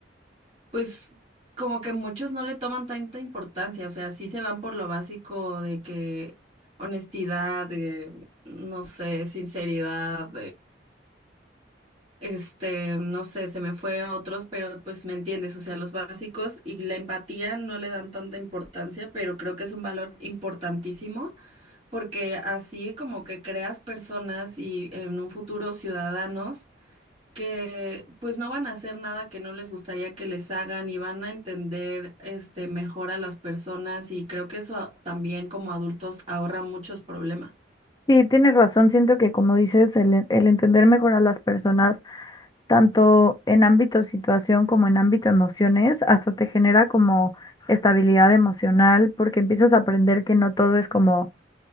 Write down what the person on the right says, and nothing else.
pues como que muchos no le toman tanta importancia, o sea, sí se van por lo básico de que honestidad, de, no sé, sinceridad, este, no sé, se me fue otros, pero pues me entiendes, o sea, los básicos y la empatía no le dan tanta importancia, pero creo que es un valor importantísimo porque así como que creas personas y en un futuro ciudadanos que pues no van a hacer nada que no les gustaría que les hagan y van a entender este mejor a las personas y creo que eso también como adultos ahorra muchos problemas.